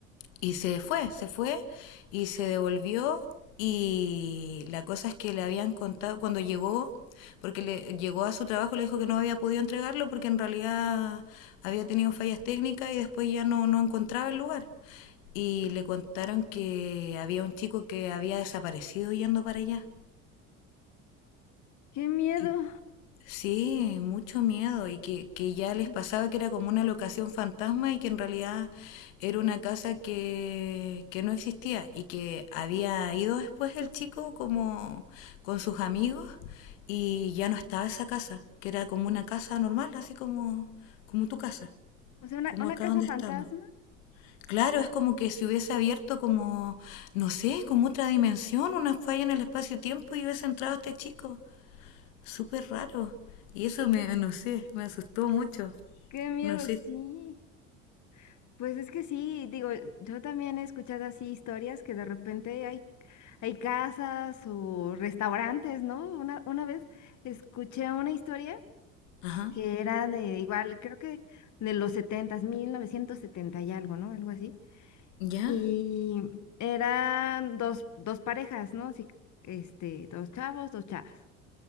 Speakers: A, on the left; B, on the left.
A: y se fue, se fue y se devolvió y la cosa es que le habían contado cuando llegó, porque le llegó a su trabajo, le dijo que no había podido entregarlo porque en realidad había tenido fallas técnicas y después ya no, no encontraba el lugar. Y le contaron que había un chico que había desaparecido yendo para allá
B: Qué miedo.
A: y Sí, mucho miedo y que, que ya les
B: Sí.
A: pasaba que era como una locación fantasma y que en realidad era una casa que, que no existía y que había ido después el chico como con sus amigos y ya no estaba esa casa, que era como una casa normal, así como, como tu casa,
B: O sea, una,
A: como
B: una
A: acá
B: casa
A: donde
B: fantasma.
A: estamos. Claro, es como que se hubiese abierto como, no sé, como otra dimensión, una falla en el espacio-tiempo y hubiese entrado este chico súper raro. Y eso me, no sé, me asustó mucho.
B: Qué miedo,
A: No sé.
B: sí. Pues es que sí, digo, yo también he escuchado así historias que de repente hay, hay casas o restaurantes, ¿no? Una, una vez escuché una historia.
A: Ajá.
B: que era de igual, creo que de los setentas 1970 y algo, ¿no? Algo así.
A: ¿Ya?
B: Y eran dos, dos parejas, ¿no? Sí, este, dos chavos, dos chavas.